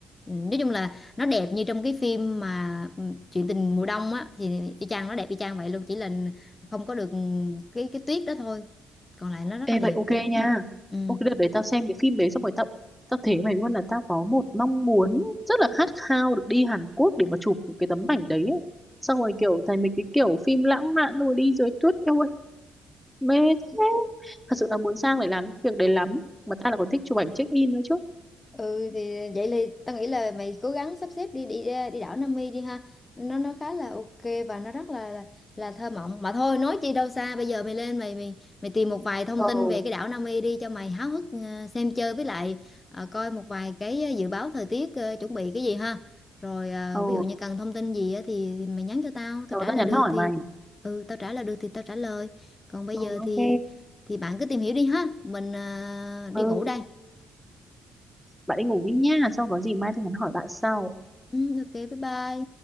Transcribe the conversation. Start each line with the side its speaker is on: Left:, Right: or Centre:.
Left: Ừ, nói chung là nó đẹp như trong cái phim mà ừ, chuyện tình mùa đông á thì y chang nó đẹp y chang vậy luôn chỉ là không có được cái cái tuyết đó thôi còn lại nó rất
Centre: ê
Left: là đẹp
Centre: vậy ok nha.
Left: ừ
Centre: Ok đợt đấy tao xem cái phim đấy xong rồi tao tao thấy mày luôn là tao có một mong muốn rất là khát khao được đi Hàn Quốc để mà chụp cái tấm ảnh đấy ấy. Xong rồi kiểu thấy mấy cái kiểu phim lãng mạn rồi đi dưới tuyết eo mê thế thật sự là muốn sang để làm những việc đấy lắm mà tao lại còn thích chụp ảnh check in nữa chứ
Left: ừ thì vậy thì tao nghĩ là mày cố gắng sắp xếp đi đi đi đảo Nam Mi đi ha nó nó khá là ok và nó rất là là, là thơ mộng mà thôi nói chi đâu xa bây giờ mày lên mày mày mày tìm một vài thông
Centre: Ồ,
Left: tin về cái đảo Nam Mi đi cho mày háo hức ờ, xem chơi với lại ờ, coi một vài cái ờ, dự báo thời tiết ờ, chuẩn bị cái gì ha rồi ờ,
Centre: ồ,
Left: ví dụ như cần thông tin gì á thì, thì mày nhắn cho tao
Centre: cậu
Left: tao trả
Centre: đã
Left: lời
Centre: nhắn
Left: được
Centre: hỏi
Left: thì
Centre: mày.
Left: ừ tao trả lời được thì tao trả lời còn bây
Centre: rồi
Left: giờ
Centre: ok
Left: thì thì bạn cứ tìm hiểu đi ha mình ờ, đi
Centre: ừ
Left: ngủ đây
Centre: bạn đi ngủ đi nha xong có gì mai tôi nhắn hỏi bạn sau
Left: ừ, ok bye bye